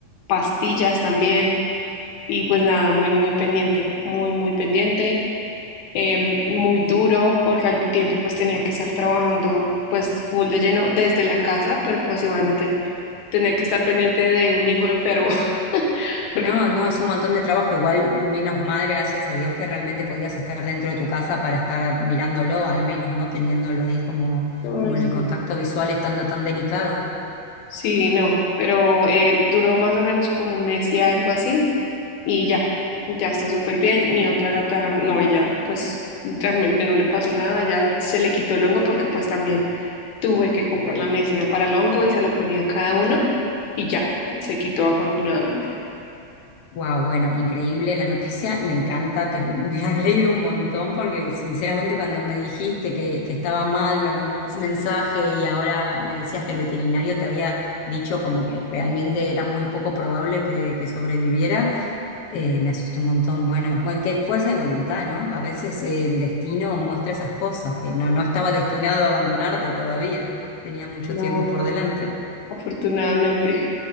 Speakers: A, on the left; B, on the left.
A: pastillas también. Y pues nada, muy, muy pendiente, muy, muy pendiente. Em, muy duro, porque al tiempo pues tenía que estar trabajando pues full de lleno desde la casa, pero pues igualmente tener que estar pendiente de un hijo enfermo, <laughs> porque...
B: No, no, es un montón de trabajo. Igual, menos mal, gracias a Dios, que realmente podías estar dentro de tu casa para estar mirándolo, al menos, ¿no? Teniéndolo ahí como,
A: Ay,
B: como en el contacto
A: sí.
B: visual, estando tan delicado.
A: Sí, no, pero eh, duró más o menos como un mes y algo así y ya, ya está súper bien. Mi otra gata, no, ella pues realmente no le pasó nada, ya se le quitó el hongo porque pues también tuve que comprar la medicina para el hongo y se lo ponía a cada uno y ya, se quitó afortunadamente.
B: Wow, bueno, increíble la noticia, me encanta, te- <laughs> me alegro un montón porque sinceramente cuando me dijiste que, que estaba mal, me mandaste ese mensaje y ahora me decías que el veterinario te había dicho como que realmente era muy poco probable que, que sobreviviera, eh, me asusté un montón. Bueno, bueno, qué fuerza de voluntad, ¿no? A veces el destino muestra esas cosas, que no, no estaba destinado a abandonarte todavía, tenía mucho
A: No,
B: tiempo por delante.
A: afortunadamente.